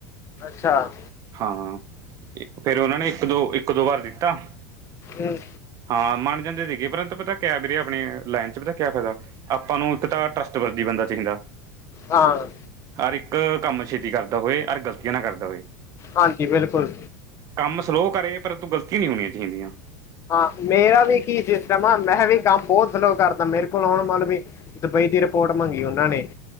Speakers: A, on the left; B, on the right.
A: ਅੱਛਾ
B: ਹਾਂ, ਫਿਰ ਉਹਨਾਂ ਨੇ ਇੱਕ ਦੋ, ਇੱਕ ਦੋ ਵਾਰ ਦਿੱਤਾ।
A: ਅਤੇ
B: ਹਾਂ ਮੰਨ ਜਾਂਦੇ ਸੀਗੇ, ਪਰੰਤੂ ਪਤਾ ਕਿਆ ਵੀਰੇ ਆਪਣੇ ਲਾਈਨ ਚ ਪਤਾ ਕਿਆ ਫੈਦਾ, ਆਪਾਂ ਨੂੰ ਇੱਕ ਤਾਂ ਟਰੱਸ ਦੀ ਬੰਦਾ ਚਾਹੀਦਾ।
A: ਹਾਂ
B: ਹਰ ਇੱਕ ਕੰਮ ਛੇਤੀ ਕਰਦਾ ਹੋਏ ਹਰ ਗਲਤੀਆਂ ਨਾ ਕਰਦਾ ਹੋਏ।
A: ਹਾਂਜੀ ਬਿਲਕੁਲ
B: ਕੰਮ ਸਲੋਅ ਕਰੇ ਪਰ ਤੂੰ ਗਲਤੀਆਂ ਨੀ ਹੋਣੀਆਂ ਚਾਹੀਦੀਆਂ।
A: ਹਾਂ ਮੇਰਾ ਵੀ ਕੀ ਸਿਸਟਮ ਆ, ਮੈਂ ਵੀ ਕੰਮ ਬਹੁਤ ਸਲੋਅ ਕਰਦਾ, ਮੇਰੇ ਕੋਲ ਹੁਣ ਮਤਲ ਵੀ ਦੁਬਈ ਦੀ ਰਿਪੋਰਟ ਮੰਗੀ ਉਹਨਾਂ ਨੇ,